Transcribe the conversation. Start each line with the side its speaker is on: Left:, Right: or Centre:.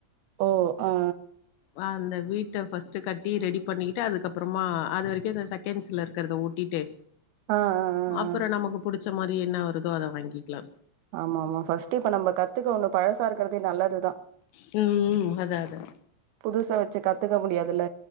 Right: ஓ ஆ
Left: ஆ அந்த வீட்ட ஃபஸ்ட்டு கட்டி ரெடி பண்ணிக்கிட்டு அதுக்கப் பறமா அது வரைக்கு இந்த செகண்ட்ஸ்ல இருக்கறத ஓட்டிட்டு
Right: ஆ ஆ ஆ
Left: அப்புற
Right: ஆ
Left: நமக்கு புடிச்ச மாரி என்ன வருதோ அத வாங்கிக்லா
Right: ஆமாமா ஃபஸ்ட்டு இப்ப நம்ப கத்துக்க ஒண்ணு பழசா இருக்கறதே நல்லது தா
Left: டி அதா அதா
Right: புதுசா வச்சு கத்துக்க முடியாதுல